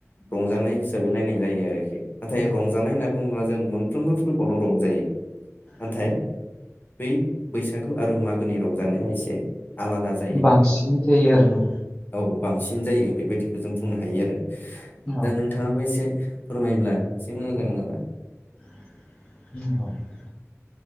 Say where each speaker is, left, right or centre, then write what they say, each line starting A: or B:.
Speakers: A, on the left (about 40°); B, on the left (about 15°).
A: रंजानाय हिसाबै नायनाय जायो आरोखि नाथाय रंजानाय होनना बुङोब्ला जों मोनफ्रोमबो फोरबोआवनो रंजायो
B: <inaudible>
A: नाथाय बै बैसागु आरो मागोनि रंजानाया एसे आलादा जा
B: बांसिन जायो आरोना
A: औ बांसिन जायो बेबायदिखौ जों बुंनो हायो आरो
B: औ
A: दा नों नोंथाङाबो एसे फोरमायोब्ला एसे मोजां जागोन आरो
B: <unintelligible>